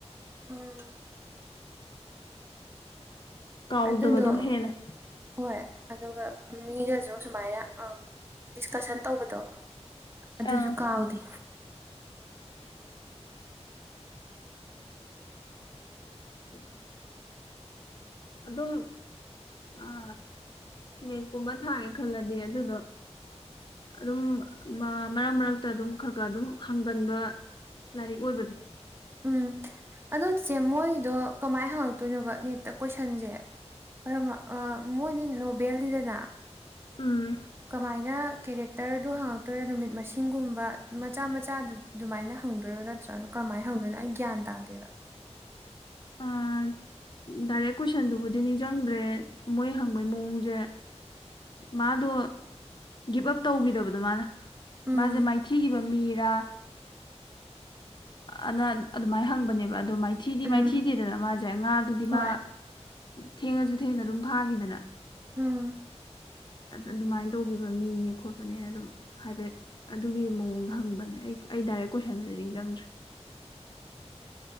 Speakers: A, on the right; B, on the left.
A: ꯎꯝ
B: ꯀꯥꯎꯗꯕꯗꯣ
A: ꯑꯗꯨꯗꯣ
B: ꯍꯦꯟꯅ
A: ꯍꯣꯏ ꯑꯗꯨꯒ ꯃꯤꯗꯁꯨ ꯁꯨꯃꯥꯏꯅ ꯗꯤꯁꯀꯁꯟ ꯇꯧꯕꯗꯣ ꯑꯗꯨꯁꯨ
B: ꯑꯥ
A: ꯀꯥꯎꯗꯦ
B: ꯎ ꯑꯗꯨꯝ ꯑꯥ ꯅꯦꯦꯛꯀꯨꯝꯕ ꯊꯥꯒꯦ ꯈꯜꯂꯗꯤ ꯑꯗꯨꯗꯣ ꯑꯗꯨꯝ ꯃꯔꯛ ꯃꯔꯛꯇ ꯑꯗꯨꯝ ꯈꯔ ꯈꯔ ꯑꯗꯨꯝ ꯍꯪꯒꯟꯕ ꯂꯥꯏꯔꯤꯛ ꯑꯣꯏꯕꯅꯣ
A: ꯎꯝ ꯑꯣ ꯏꯆꯦ ꯃꯣꯏꯒꯤꯗꯣ ꯀꯃꯥꯏꯅ ꯍꯪꯉꯛꯇꯣꯏꯅꯣꯕ ꯅꯦꯠꯇ ꯀꯣꯏꯁꯟꯁꯦ ꯀꯔ ꯃꯣꯏꯗꯤ ꯅꯣꯕꯦꯜꯅꯤꯗꯅ
B: ꯎꯝ
A: ꯀꯃꯥꯏꯅ ꯀꯦꯔꯦꯛꯇꯔꯗꯨ ꯍꯥꯡꯉꯛꯇꯣꯏꯔ ꯅꯨꯃꯤꯠ ꯃꯁꯤꯡꯒꯨꯝꯕ ꯃꯆꯥ ꯃꯆꯥꯗꯨ ꯑꯗꯨꯃꯥꯏꯅ ꯍꯪꯗꯣꯏꯔꯣ ꯅꯠꯇ꯭ꯔꯅ ꯀꯔꯝꯥꯏꯅ ꯍꯪꯗꯣꯏꯅꯣ ꯑꯩ ꯒ꯭ꯌꯥꯟ ꯇꯥꯗꯦꯕ
B: ꯑꯥ
A: <unintelligible>
B: ꯗꯥꯏꯔꯦꯛ ꯀꯣꯏꯁꯟꯗꯨꯕꯨꯗꯤ ꯅꯤꯡꯁꯤꯡꯗ꯭ꯔꯦ ꯃꯣꯏ ꯍꯪꯕꯩ ꯃꯑꯣꯡꯁꯦ ꯃꯥꯗꯣ ꯒꯤꯞ ꯑꯞ ꯇꯧꯈꯤꯗꯕꯗꯣ ꯃꯥꯅ
A: ꯎꯝ
B: ꯃꯥꯁꯦ ꯃꯥꯏꯊꯤꯈꯤꯕ ꯃꯤꯔꯥ ꯑꯅ ꯑꯗꯨꯃꯥꯏꯅ ꯍꯪꯕꯅꯦꯕ ꯑꯣ ꯃꯥꯏꯊꯤꯗꯤ
A: ꯎꯝ
B: ꯃꯥꯏꯊꯤꯗꯤꯗꯅ ꯃꯥꯁꯦ ꯁꯦ ꯉꯥꯗꯨꯗꯤ
A: ꯍꯣꯏ
B: ꯃꯥ ꯊꯦꯡꯉꯁꯨ ꯊꯦꯡꯅ ꯑꯗꯨꯝ ꯐꯥꯈꯤꯗꯅ
A: ꯎꯝ
B: ꯑꯗꯨꯃꯥꯏꯅ ꯇꯧꯕꯤꯕ ꯃꯤꯅꯦ ꯈꯣꯠꯄꯅꯦ ꯑꯗꯨꯝ ꯍꯥꯏꯐꯦꯠ ꯑꯗꯨꯒꯤ ꯃꯑꯣꯡꯗ ꯍꯪꯕꯅꯦ ꯑꯩ ꯑꯩ ꯗꯥꯏꯔꯦꯛ ꯀꯣꯏꯁꯟꯗꯨꯗꯤ ꯅꯤꯡꯁꯤꯡꯪꯗ꯭ꯔꯦ